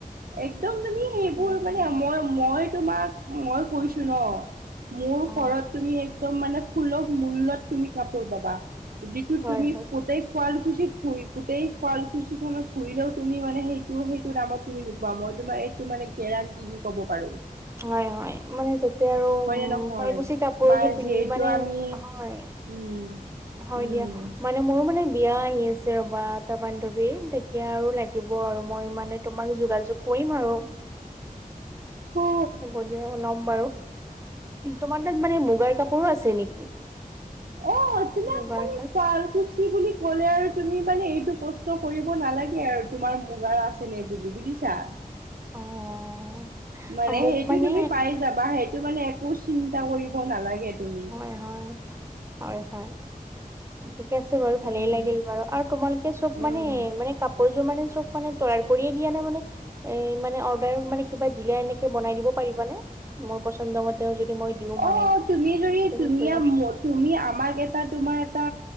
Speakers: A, on the right; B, on the right.
A: একদম তুমি সেইবোৰ
B: উম
A: মানে মই মই তোমাক মই কৈছোঁ ন'। মোৰ
B: অ
A: ঘৰত তুমি একদম মানে সুলভ মূল্যত তুমি কাপোৰ পাবা। যিটো
B: হয়
A: তুমি
B: হয়
A: গোটেই শুৱালকুছিত ফুৰি গোটেই শুৱালকুছিখনত ঘুৰিলেও তুমি মানে সেইটো সেইটো দামত তুমি নোপোৱা, মই তোমাক এইটো মানে গেৰাণ্টি দি ক'ব পাৰোঁ।
B: হয় হয় মানে যেতিয়া আৰু উম্
A: হয় নে নহয়
B: শুৱালকুছি কাপোৰ
A: মাৰ
B: এযোৰ পিন্ধি
A: যিহেতু
B: মানে
A: আমি
B: হয়।
A: উম।
B: হয়
A: উম
B: দিয়া। মানে মোৰো মানে বিয়া আহি আছে ৰ'বা, এটা বান্ধৱীৰ তেতিয়া আৰু লাগিব আৰু মই মানে তোমাক যোগা যোগ কৰিম আৰু।
A: অ
B: হ'ব দিয়া, ল'ম বাৰু। তোমাৰ তাত মানে মুগাৰ কাপোৰো আছে নেকি?
A: অঁ, তোমাক
B: মুগাৰ
A: মানে
B: সাজ
A: শুৱালকুছ কি বুলি ক'লে আৰু তুমি মানে এইটো প্ৰশ্ন কৰিব নালাগে আৰু তোমাৰ মুগাৰ আছে নে বুলি, বুজিছা!
B: অ'
A: মানে
B: মোক
A: সেইটো
B: মানে
A: তুমি পাই যাবা, সেইটো মানে একো চিন্তা কৰিব নালাগে তুমি।
B: এ হয় হয় হয়, ঠিকে আছে বাৰু, ভালেই
A: উম,
B: লাগিল বাৰু। আৰু তোমালোকে সব
A: উম।
B: মানে মানে কাপোৰ যোৰ মানে সব মানে তৈয়াৰ কৰিয়ে দিয়া নে মানে এ মানে অৰ্ডাৰ মানে কিবা দিলে এনেকে বনাই দিব পাৰিবা নে? মোৰ পছন্দ মতে যদি মই দিওঁ মানে
A: অঁ তুমি যদি
B: তেনেকৈ
A: তুমি আ মই তুমি আমাক এটা তোমাৰ এটা